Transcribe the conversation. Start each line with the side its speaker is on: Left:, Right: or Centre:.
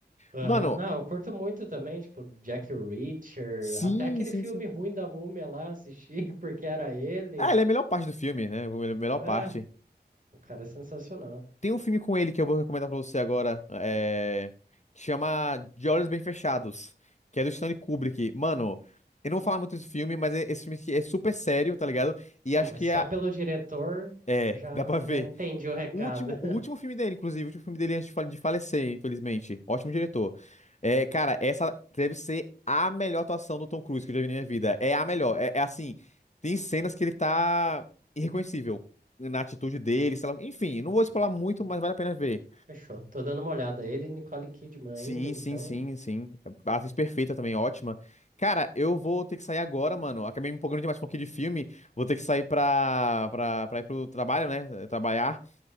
Right: Aham,
Left: Mano,
Right: Não, eu curto muito também, tipo, Jack Reacher,
Left: sim,
Right: até aquele
Left: sim,
Right: filme
Left: sim.
Right: ruim da Múmia lá, assisti <laughs> porque era ele.
Left: Ah, ele é a melhor parte do filme, né? A melhor
Right: Ah,
Left: parte.
Right: o cara é sensacional.
Left: Tem um filme com ele que eu vou recomendar pra você agora, é, que chama De Olhos Bem Fechados, que é do Stanley Kubrick. Mano, eu não vou falar muito desse filme, mas é- esse filme aqui é super sério, tá ligado? E
Right: Ah,
Left: acho
Right: mas
Left: que
Right: só
Left: é.
Right: pelo diretor
Left: É,
Right: já,
Left: dá pra ver.
Right: já entendi o recado.
Left: O último,
Right: <laughs>
Left: o último filme dele, inclusive, o último filme dele antes de fale- de falecer, infelizmente. Ótimo diretor. É, cara, essa deve ser a melhor atuação do Tom Cruise que eu já vi na minha vida. É a melhor. É, é assim, tem cenas que ele tá irreconhecível na atitude dele, sei lá. Enfim, não vou explorar
Right: Uhum,
Left: muito, mas vale a pena ver.
Right: Fechou. Tô dando uma olhada. Ele e Nicole Kidman
Left: Sim,
Right: ainda, então.
Left: sim, sim, sim. A atriz perfeita também, ótima. Cara, eu vou ter que sair agora, mano. Acabei me empolgando demais com aqui de filme. Vou ter que sair pra, pra, pra ir pro trabalho, né? Trabalhar.